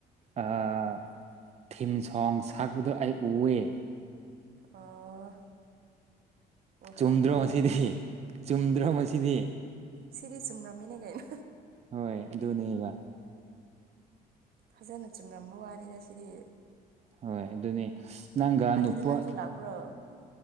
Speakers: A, on the right; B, on the right.
A: ꯑꯥ ꯊꯤꯝ ꯁꯣꯡꯁ ꯁꯛꯄꯗꯣ ꯑꯩ ꯎꯑꯦ
B: ꯑꫭ ꯑꯣ
A: ꯆꯨꯝꯗ꯭ꯔꯣ
B: ꯍꯥꯎꯕ꯭ꯔꯣꯅꯦ
A: ꯃꯁꯤꯗꯤ ꯆꯨꯝꯗ꯭ꯔꯣ ꯃꯁꯤꯗꯤ
B: ꯁꯤꯗꯤ ꯆꯨꯝꯔꯥꯝꯃꯤꯅꯦ ꯀꯥꯏꯅ
A: ꯍꯣꯏ ꯑꯗꯨꯅꯦꯕ
B: ꯐꯖꯅ ꯆꯨꯝꯂꯝꯝꯕ ꯋꯥꯅꯤꯅ ꯁꯤꯗꯤ
A: ꯍꯣꯏ ꯑꯗꯨꯅꯤ ꯅꯪꯒ
B: ꯑꯗꯨꯗ
A: ꯅꯨꯄꯥ
B: ꯅꯪꯁꯨ ꯂꯥꯛꯄ꯭ꯔꯣ